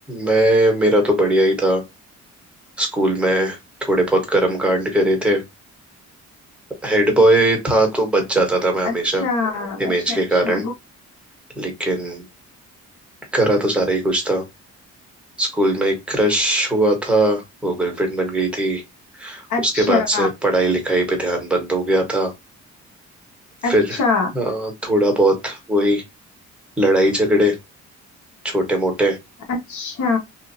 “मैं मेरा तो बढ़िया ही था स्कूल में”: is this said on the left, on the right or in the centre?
Centre